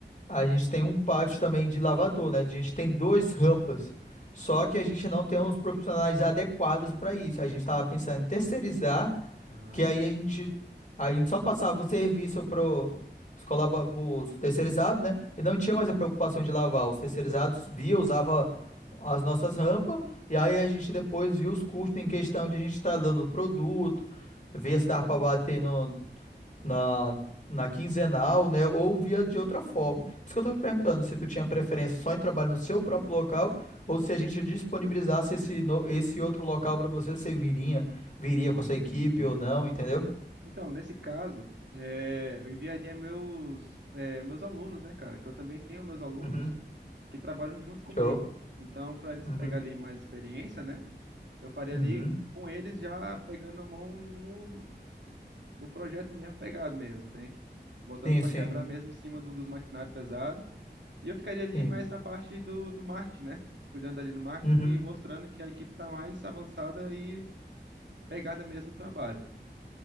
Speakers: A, on the left; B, on the right.
A: a gente tem um pátio também de lavador, né? A gente tem duas rampas. Só que a gente não tem os profissionais adequados para isso. A gente estava pensando em terceirizar
B: Ah.
A: Que aí a gente, a gente só passava o serviço pro, os colaba- pros terceirizados, né? E não tinha mais a preocupação de lavar. Os terceirizados via, usava as nossas rampas, e aí a gente depois via os custos em questão de a gente estar dando produto, via se dava para bater no, na, na quinzenal, né? Ou via de outra forma. Por isso que eu tô te perguntando se tu tinha preferência só em trabalho no seu próprio local, ou se a gente disponibilizasse esse, no- esse outro local para você, você viria, viria com essa equipe ou não, entendeu?
B: Então, nesse caso, é, eu enviaria meus, é, meus alunos, né, cara? Que eu também tenho meus alunos
A: Uhum.
B: que trabalham junto comigo.
A: Show.
B: Então, para eles
A: Uhum.
B: pegarem mais experiência, né? Eu faria
A: Uhum.
B: ali com eles já pegando a mão no, no projeto mesmo, pegado mesmo, tem? Botando
A: Sim,
B: para
A: sim,
B: quebrar mesmo em cima do- dos maquinários pesados. E eu ficaria ali
A: sim.
B: mais na parte do, do marketing, né? Cuidando ali do marketing
A: Uhum.
B: e mostrando que a equipe está mais avançada e pegada mesmo no trabalho.